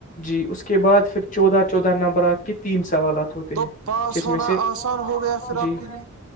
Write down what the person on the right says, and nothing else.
تو
پاس
ہونا
آسان ہو گیا پھر
آپ کے لیے